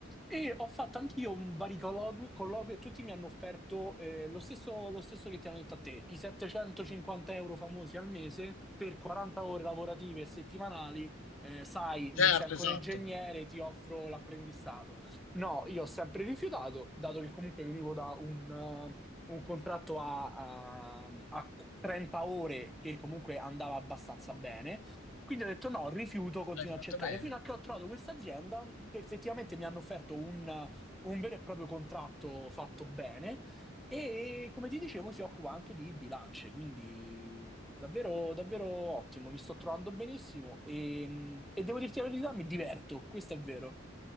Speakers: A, in the centre; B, on the left.
A: E ho fatto anch'io un vari colloqui, colloqui e tutti mi hanno offerto eh, lo stesso, lo stesso che ti hanno detto a te, i 750 euro famosi al mese per 40 ore lavorative e settimanali. eh, sai,
B: certo,
A: non sei ancora
B: esatto.
A: ingegnere, ti offro l'apprendistato. No, io ho sempre rifiutato, dato che comunque venivo da un, eh, un contratto a, a a 30 ore che comunque andava abbastanza bene. Quindi ho detto no, rifiuto, continuo
B: Hai fatto
A: a cercare,
B: bene.
A: fino a che ho trovato questa azienda che effettivamente mi hanno offerto un, un vero e proprio contratto fatto bene e come ti dicevo si occupa anche di bilance, quindi davvero, davvero ottimo, mi sto trovando benissimo e, e devo dirti la verità, mi diverto, questo è vero.